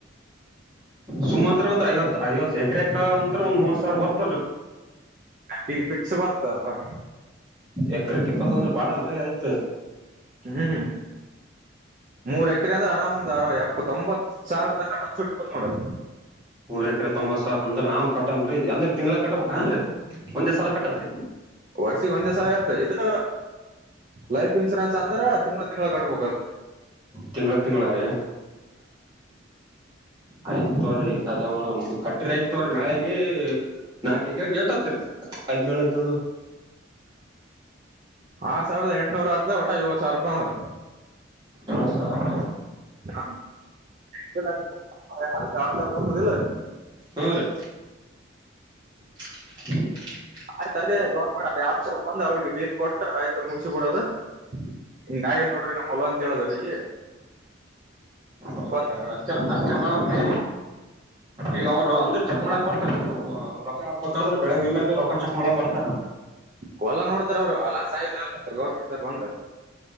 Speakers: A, on the right; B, on the right.
A: ಸುಮ ಅಂದ್ರೆ ಒಂದ್ ಐವತ್ತು ಐವತ್ತು ಎಕರೆಕ ಅಂತ್ರ ಒಂದ್ ಮೂವತ್ ಸಾವಿರ ಬರ್ತದೆ
B: ಗ ಪಿಸ್ ಬರ್ತಾರವಾ
A: ಎಕ್ರಕ್ ಇಪ್ಪತ್ತೊಂದ್ರ ಪಾಡಲ್ರಿ ಆಯ್ತು
B: ಹ್ಮ್ ಮೂರ್ ಎಕರೆ ಅಂದ್ರ ಅರೌಂದ್ ಎಪ್ಪತ್ತೊಂಬತ್ತ್ತು ಸಾವಿರ ತನ ಟಚ್ಟ್ಟ ಬ್ ನೋಡ್ರಿ
A: ಮೂರರ್ ಎಕ್ರ ತೊಂಬತ್ ಸಾವಿರ ಅಂದ್ರ ನನ್ ಕಟಂಬ್ರಿ ಇದ ಅ್ರ ತಿಂಗಗಳಗ್ ಕಬೇಕ ಅನ್ ಒಂದೇ ಸಲ ಕಟ್ಟದ್ರೀ
B: ವರ್ಷಿಗ ಒಂದೇ ಸಲ ಇರ್ತ ಇದು ಲೈಫ್ ಇನ್ಶೂರೆನ್ಸ್ ಅಂದ್ರ ತಿಂಗ್ಳ ತಿಂಗಗಳುಳ ಕಟ್ಬು ಬಲ್
A: ತಿಂಗಳ ತಿಂಗಳಾರ ಆಯ್ತ ತೋ್ರಿ ಅದ ಮಡಮ್ ಕಟ್ರಿ ಆಯ್ತ ತೋ್ರಿ ನಾಳಗ ನಾಕ ಎಕ್ರ ಗೇಟತ್ರಿ ಹದಿನೇಳು ಹದಿನೇಳು
B: <unintelligible> ಆರ್ ಸಾವಿರದ ಎಂಟನೂರ ಆತ ಒಟ ಏಳ ಸಾವಿರ ರೂಪಾಯಿ ನೋಡ
A: ಏಳ್ ಸಾವಿರ
B: ಹ <unintelligible> ಅಲ್ಲ ಬತದಲ್ಲ
A: ಹ್ಮ್ ರೀ <unintelligible>
B: ಆಯ್ತು ಅದೇ ಗೌರ್ಮೆಂಟ್ ಯಫಸರ್ ಬಂದ್ ಅವ್ರಿಗೆ ಡೀಲ್ ಕೊಟ್ ಆಯ್ತ್ ಮುಗಸ ಬಿಡೋದು ಹಂಗ ಹಾಗದ್ ನೋಡ್ರಿ ನಮ್ಮ ಮೊಲ ಅಂತ ಹೇಳುದು್ ಅವ್ರಿಗೆ
A: ಹೌದ್ರ
B: ಬಂದ್
A: ಅಷ್ಟ ಅಷ್ಟ ಮಾಡ ಈಗ ಅವರು ಅಂದ್ರರು ಚೆಕ್ ಮಾಡಕ್ ಬರ್ತಾರಾ ರೊ ಹಾಕ್ಬೇಕಂದ್ರೆ ಬೆಳೆ ವಿಮೇಲಿ ರೊಕ್ಕಾ ಚೆಕ್ ಮಾಡಕ್ ಬರುತ್ತೇನು
B: ಹೊಲ ನೋಡ್ತಾರ ಅವರು ಲಾಸ್ ಆಗ್ಯದ್ ಗೌರ್ನಮೆಂಟ್ ನೋಡ್ತಾರ ಬಂದು